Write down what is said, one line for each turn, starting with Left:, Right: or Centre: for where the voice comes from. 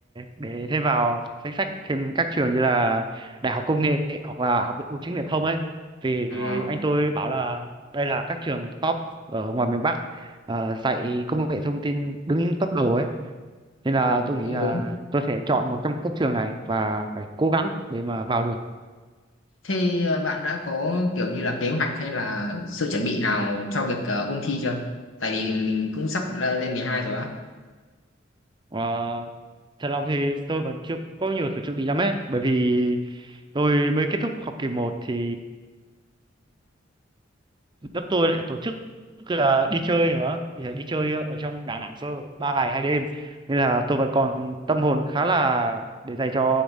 Right: để thêm vào danh sách thêm các trường như là Đại học Công nghệ hoặc là Học viện Bưu chính Viễn thông ấy. Vì
Left: à,
Right: anh tôi bảo là đây là các trường top ở ngoài miền Bắc ờ, dạy công nghệ thông tin đứng top đầu ấy. Nên là
Left: ừ,
Right: tôi nghĩ
Left: đúng
Right: là
Left: đúng
Right: tôi sẽ chọn một trong các trường này và phải cố gắng để mà vào được.
Left: thế ờ, bạn đã có kiểu như là kế hoạch hay là sự chuẩn bị nào cho việc ờ, ôn thi chưa tại vì mình cũng sắp ờ, lên 12 rồi á
Right: Ờ, thật lòng thì tôi vẫn chưa có nhiều sự chuẩn bị lắm ấy bởi vì tôi mới kết thúc học kỳ một thì lớp tôi lại tổ chức là đi chơi nữa thì ờ, đi chơi ở trong Đà Nẵng cơ ba ngày hai đêm nên là tôi vẫn còn tâm hồn khá là để dành cho